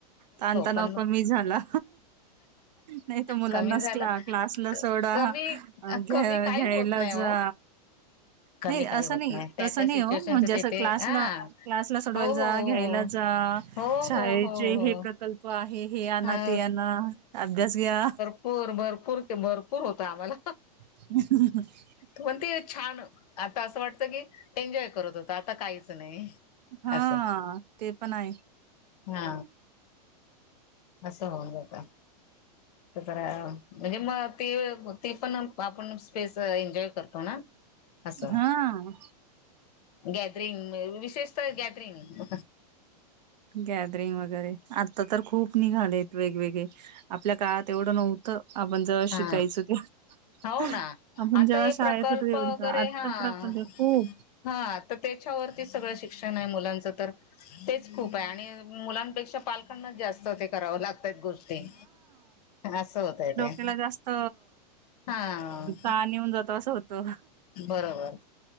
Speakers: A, on the right; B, on the left.
A: ताण तणाव
B: पण
A: कमी झाला नाही तर मुलांनाच
B: कमी झाला
A: क्ला क्लासला सोडा
B: कमी
A: घ
B: कमी काही
A: घ्यायला
B: होत नाही
A: जा
B: हो कमी
A: नाही असं
B: काही होत
A: नाही
B: त्या
A: असं
B: त्या
A: नाही
B: सिच्युएशनच
A: हो म्हणजे
B: तेथे
A: असं क्लासला
B: हा
A: क्लासला सोडवायला
B: हो
A: जा
B: हो
A: घ्यायला जा
B: हो
A: शाळेचे
B: हो हो हो हो
A: हे प्रकल्प आहे हे आणा
B: हा
A: ते आणा अभ्यास घ्या
B: पर भरपूर भरपूर होत आम्हाला
A: ह <unintelligible>
B: तोते छान आता असं वाटतं की एन्जॉय करत होत आता काहीच नाही
A: हां,
B: असं
A: ते पण आहे
B: हा असं होऊन जातं तररा म्हणजे मग ती ती पण आपण स्पेस एन्जॉय करतो ना असं
A: हां,
B: गॅदरिंग विशेषत गॅदरिंग
A: गॅदरिंग वगैरे आता तर खूप निघालेत वेगवेगळे आपल्या काळात एवढं नव्हतं आपण ज
B: हा
A: शिकायचं ते
B: हो
A: आपण
B: ना आता
A: जेव्हा
B: हे
A: शाळेत
B: प्रकल्प
A: होत तेवढ
B: वगैरे
A: आत्ता
B: हा
A: प्रकल् आहे खूप
B: हा तर त्याच्यावरती सगळं शिक्षण आहे मुलांचं तर तेच खूप आहे आणि मुलांपेक्षा पालखांनाच जास्त ते करावं लागत गोष्टी असं होतय ते
A: त्याला जास्त
B: हा
A: हाऊन जातो असं होतो
B: बरोबर